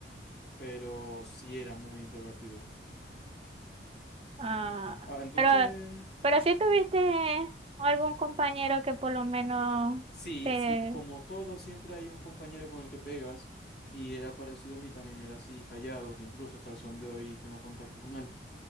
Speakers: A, on the left; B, on the right.
A: Pero sí era muy introvertido.
B: Ah,
A: Ah, entonces,
B: pero, pero si tuviste algún compañero que por lo menos
A: sí,
B: te...
A: sí, como todo, siempre hay un compañero con el que pegas. Y era parecido a mí también, era así callado, que incluso hasta el son de hoy tengo contacto con él.